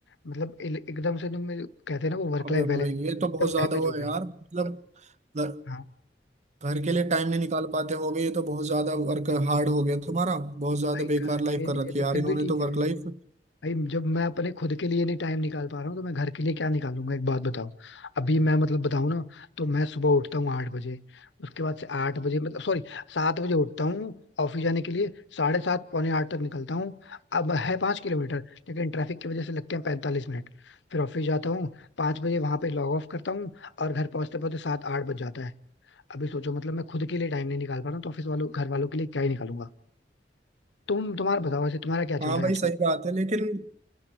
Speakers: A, on the left; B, on the right.
A: मतलब इल- एकदम से जो मेरे- कहते हैं ना वो वर्क
B: अबे
A: लाइफ बैलेंस
B: भाई ये तो बहुत
A: एकदम
B: ज्यादा
A: डैमेज
B: वो
A: हो
B: है
A: गई
B: यार
A: है
B: मतलब घर
A: हाँ
B: घर के लिए टाइम नहीं निकाल पाते हो गए ये तो बहुत ज्यादा वर्क हार्ड हो गया तुम्हारा बहुत ज्यादा
A: भाई
B: बेकार
A: घर
B: लाइफ
A: के
B: कर
A: लिए
B: रखी
A: तो
B: है यार
A: फिर
B: इन्होंने
A: भी ठीक
B: तो
A: है
B: वर्क लाइफ
A: भाई जब मैं अपने खुद के लिए नहीं टाइम निकाल पा रहा हूँ तो मैं घर के लिए क्या निकालूंगा एक बात बताओ अभी मैं मतलब बताऊँ ना तो मैं सुबह उठता हूँ आठ बजे उसके बाद से आठ बजे मतलब सॉरी सात बजे उठता हूँ ऑफिस जाने के लिए साढ़े सात पौने आठ तक निकलता हूँ अब है पाँच किलोमीटर लेकिन ट्रैफिक की वजह से लगते हैं पैंतालीस मिनट फिर ऑफिस जाता हूँ पाँच बजे वहां पे लॉग ऑफ करता हूँ और घर पहुंचते पहुंचते सात आठ बज जाता है अभी सोचो मतलब मैं खुद के लिए टाइम नहीं निकाल पा रहा हूँ तो ऑफिस वालों घर वालों के लिए क्या ही निकालूंगा तुम तुम्हारा बताओ वैसे तुम्हारा क्या
B: हाँ
A: चल रहा
B: भाई
A: है
B: सही बात है लेकिन